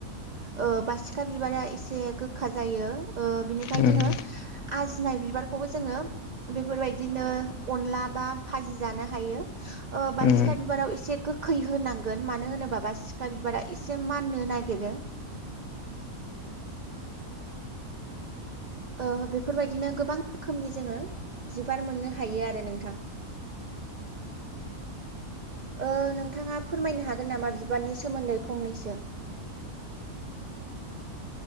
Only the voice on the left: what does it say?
उम
उम
<inaudible>